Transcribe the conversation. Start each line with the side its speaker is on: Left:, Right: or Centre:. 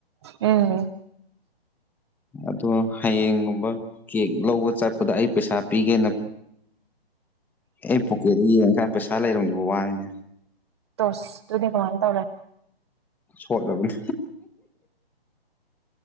Right: ꯎꯝ
Centre: ꯑꯗꯣ ꯍꯌꯦꯡꯒꯨꯝꯕ ꯀꯦꯛ ꯂꯧꯕ ꯆꯠꯄꯗ ꯑꯩ ꯄꯩꯁꯥ ꯄꯤꯒꯦꯅ ꯑꯩ ꯄꯣꯀꯦꯠꯇꯠꯇ ꯌꯦꯡꯉꯀꯥꯟꯗ ꯄꯩꯁꯥ ꯂꯩꯔꯝꯗꯕ ꯋꯥꯉꯦꯅꯦ
Right: ꯇꯁ ꯇꯨꯗꯤ ꯀꯅ ꯇꯧꯔꯦ
Centre: ꯁꯣ ꯂꯒꯅꯤ